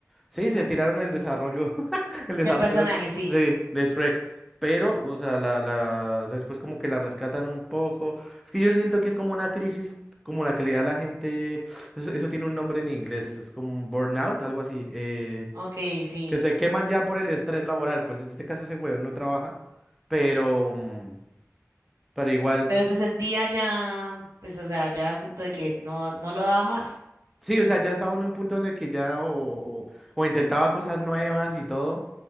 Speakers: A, in the centre; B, on the right (about 85°).
A: sí, se tiraron el desarrollo, <laughs> el desarrollo,
B: del personaje, sí.
A: sí, de Shrek. Pero, o sea, la, la, después como que la rescatan un poco. Es que yo siento que es como una crisis como la que le da a la gente, eso, eso tiene un nombre en inglés, es como un burnout, algo así. Eh,
B: Ok, sí.
A: que se queman ya por el estrés laboral, pues en este caso ese huevón no trabaja, pero, mm, pero igual,
B: Pero
A: c-
B: se sentía ya, pues, o sea, ya al punto de que no, no lo daba más.
A: sí, o sea, ya estaba uno en un punto en el que ya o, o- o intentaba cosas nuevas y todo,